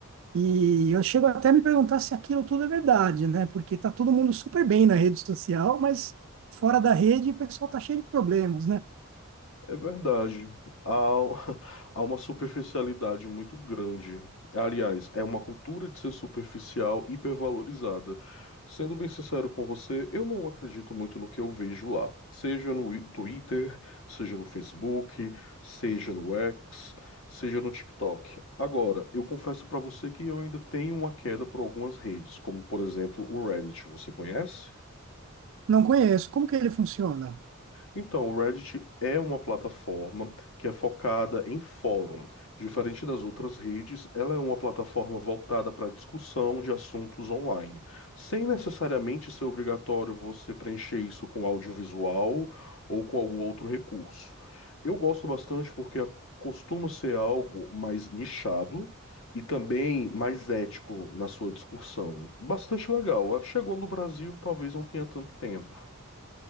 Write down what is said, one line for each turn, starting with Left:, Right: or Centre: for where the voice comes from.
Right: E eu chego até a me perguntar se aquilo tudo é verdade, né? Porque tá todo mundo super bem na rede social, mas fora da rede o pessoal tá cheio de problemas, né?
Left: É verdade. Há, <laughs> há uma superficialidade muito grande. Aliás, é uma cultura de ser superficial hipervalorizada. Sendo bem sincero com você, eu não acredito muito no que eu vejo lá. Seja no i- Twitter, seja no Facebook, seja no X, seja no TikTok. Agora, eu confesso pra você que eu ainda tenho uma queda por algumas redes, como por exemplo o Reddit. Você conhece?
Right: Não conheço. Como que ele funciona?
Left: Então, o Reddit é uma plataforma que é focada em fórum. Diferente das outras redes, ela é uma plataforma voltada para discussão de assuntos online, sem necessariamente ser obrigatório você preencher isso com audiovisual ou com algum outro recurso. Eu gosto bastante porque é, costuma ser algo mais nichado e também mais ético na sua discussão. Bastante legal. Chegou no Brasil, talvez não tenha tanto tempo.